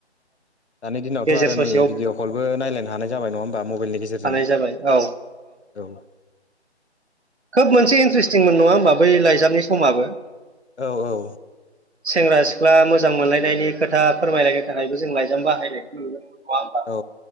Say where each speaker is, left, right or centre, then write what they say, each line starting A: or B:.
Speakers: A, on the left; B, on the right.
A: दानि दिनावथ'
B: गेजेर
A: आरो
B: ससेयाव
A: नै भिडिअ' कलबो नायलायनो हानाय जाबाय नङा होमबा मबाइलनि गेजेरजों।
B: थानाय जाबाय औ
A: औ।
B: खोब मोनसे इन्ट्रेस्टिंमोन नङा होमबा बै लाइजाबनि समाबो।
A: औ औ
B: सेंग्रा-सिख्ला मोजां मोनलायनायनि खोथा फोरमायलायनो थाखायबो जों लाइजाम बाहायनायखौ मोनदों। नङा हमबा?
A: औ